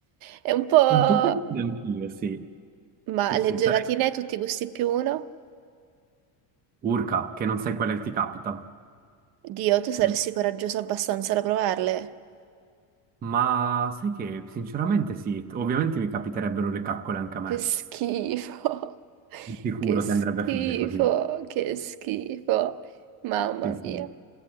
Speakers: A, on the right; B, on the right.
A: È un po'...
B: Un po' anch'io, sì.
A: Ma
B: Sì,
A: le
B: sì,
A: gelatine,
B: sarei
A: tutti gusti più uno?
B: urca, che non sai quella che ti capita.
A: Dio, tu saresti
B: Mm.
A: coraggioso abbastanza da provarle?
B: Ma sai che, sinceramente, sì, ovviamente mi capiterebbero le caccole anche a me.
A: Che schifo, <laughs>
B: Sicuro
A: che schifo,
B: che andrebbe a finire così.
A: che schifo, mamma
B: Sì, sì,
A: mia.